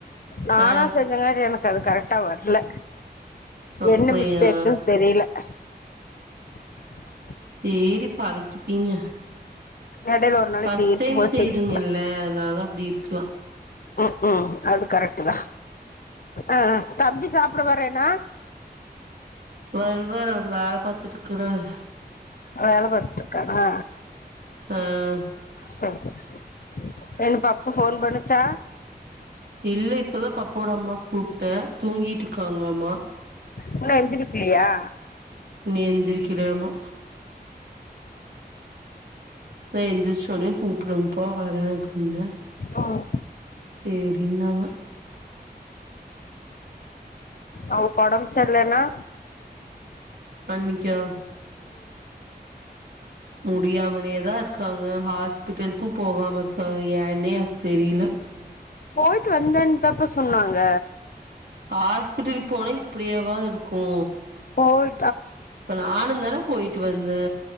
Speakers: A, on the left; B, on the right.
A: நானா
B: ஆ
A: செஞ்சன்னா அது எனக் அது கரெக்டா வர்ல
B: அப்டியா
A: என்ன மிஸ்டேக்குன் தெரில <inaudible> <inaudible>
B: சேரிப்பா அதுக்கிப்பீங்க
A: எடையில ஒரு நாளைக்கு
B: ஃபஸ்ட்
A: நீ இருக்கும்
B: டைம்
A: போது
B: செய்றீங்கல்ல
A: செஞ்சுக்கலா
B: அனாலா அப்டி இருக்லா
A: உம் உம் அது கரெக்ட் தா ஆஹ் தம்பி சாப்ட வரேனா
B: வருவாரு ஒரு வேழப் பாத்துருக்குறார்
A: வேல பாத்துட்ருக்காரா
B: ஆஹ்
A: செரி சரி என் பப்பு ஃபோன் பண்ணுச்சா
B: இல்ல இப்பதா பப்போட அம்மாக்கு கூப்ட்ட தூங்கிட்ருக்காங்களாமா
A: இன்னு எந்திரிப்ளியா
B: இன்னு எந்திரிக்கலையாமா இதோ எந்திரிச்சோன கூப்டுங்ப் பா வறே அப்டின்ன
A: ம்
B: சேரினாங்க
A: அவக் கொடம் சர்லன்னா
B: பண்ணிக்கோ முடியாமலெயே தா இருக்காங்க ஹாஸ்பிட்டல்க்கு போகாம இருக்காங்க ஏனே எனக்கு தெரில
A: போயிட்டு வந்தேன் தாப்பா சொன்னாங்க
B: ஹாஸ்பிட்டல் போய் இப்பிடியேவா இருக்கூ
A: போய்
B: இப்ப நானு தான போயிட்டு வந்தே